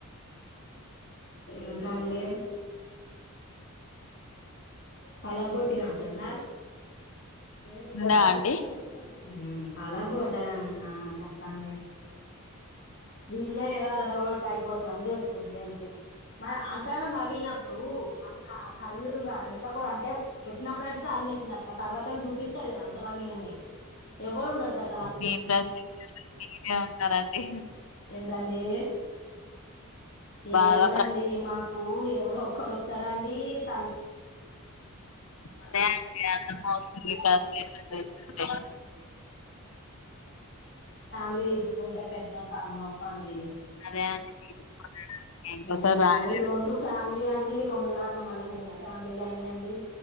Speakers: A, on the left; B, on the left.
A: ఇంకా అండి పలగొట్టి నాంటంద ఉ
B: ఉందా అండి
A: పలాగ కొట్టారా ఆ చెప్పండి ఇల్లే అద్ర ఒోతాయిపోతది అని చేస్తుంది అంతే మరి అంతానం బగిలినప్పుడు అప్పుడు కడు కడుయిరుగా ఇంట్లో కూడా అంటే వచ్చినప్పుడు అ తర్వాతనా చూపిస్తాడు కదా అంత వాగిలి ఉంది ఎవ్వడు ఉన్నాడు గట్
B: మీ ప్రస్తు <unintelligible> ఉన్నారండి
A: ఎందండి
B: బాగా
A: ఏందో
B: ప్ర
A: అండి మాక్ కు ఎవడో ఒక్కడొస్తాడు అండి తల్
B: అదే అండి అందుకోసమే <unintelligible>
A: ఫ్యామిలీ తీసుకుంటే పెద్ద తల నొప్పి అండి
B: అదే అండి తీసుకోవాలండి ఇంకోసారి
A: ఉమ్
B: రాని
A: అవి రెండు ఫ్యామిలీ అండి రెండు మళ్ళా మూడు ఫ్యామిలీలు అయినాయండి